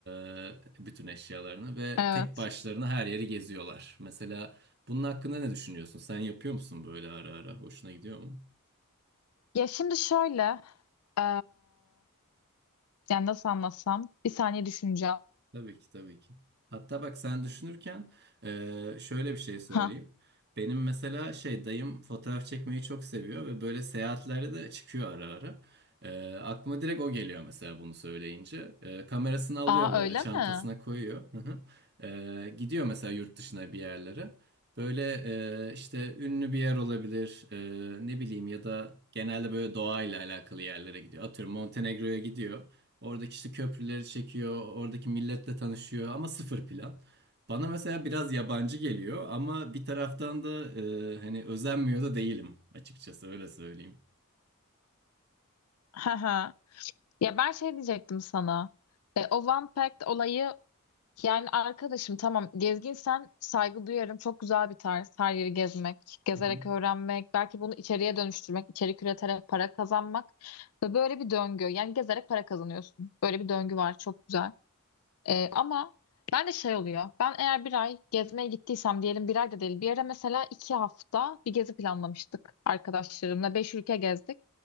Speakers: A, on the right; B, on the left.
A: e, bütün eşyalarını ve
B: Evet.
A: tek başlarına her yeri geziyorlar. Mesela bunun hakkında ne düşünüyorsun? Sen yapıyor musun böyle ara ara? Hoşuna gidiyor mu?
B: Ya şimdi şöyle e, yani nasıl anlatsam bir saniye düşüneceğim.
A: Tabii ki tabii ki. Hatta bak sen düşünürken eee, şöyle bir şey söyleyeyim.
B: Ha.
A: Benim mesela şey dayım fotoğraf çekmeyi çok seviyor ve böyle seyahatlerde de çıkıyor ara ara. Eee, aklıma direkt o geliyor mesela bunu söyleyince. Eee, kamerasını alıyor
B: Aa
A: böyle
B: öyle
A: çantasına
B: mi?
A: koyuyor. <laughs> Hı hı. Eee, gidiyor mesela yurt dışına bir yerlere. Böyle eee, işte ünlü bir yer olabilir eee, ne bileyim ya da genelde böyle doğayla alakalı yerlere gidiyor. Atıyorum Montenegro'ya gidiyor. Oradaki işte köprüleri çekiyor, oradaki milletle tanışıyor ama sıfır plan. Bana mesela biraz yabancı geliyor ama bir taraftan da e, hani özenmiyor da değilim açıkçası öyle söyleyeyim.
B: Ha ha. Ya ben şey diyecektim sana. E, o One Pact olayı yani arkadaşım tamam gezginsen saygı duyarım. Çok güzel bir tarz her yeri gezmek, gezerek
A: Hı hı.
B: öğrenmek, belki bunu içeriye dönüştürmek, içerik üreterek para kazanmak ve böyle bir döngü. Yani gezerek para kazanıyorsun. Böyle bir döngü var çok güzel. Ee, ama ben de şey oluyor. Ben eğer bir ay gezmeye gittiysem diyelim bir ay da değil. Bir yere mesela iki hafta bir gezi planlamıştık arkadaşlarımla. Beş ülke gezdik.